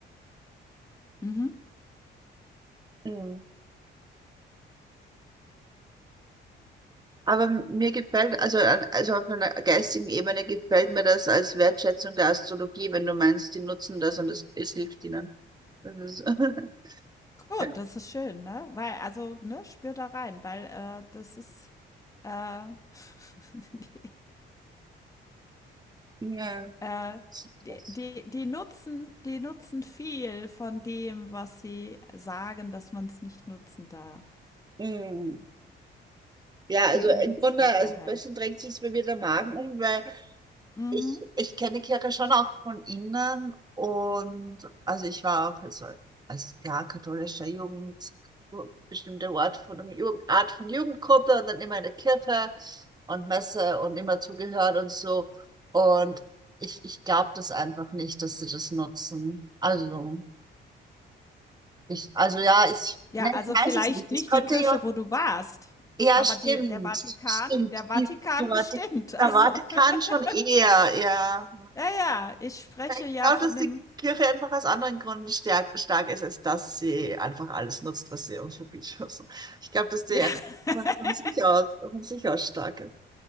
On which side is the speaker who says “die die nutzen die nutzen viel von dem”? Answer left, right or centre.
Left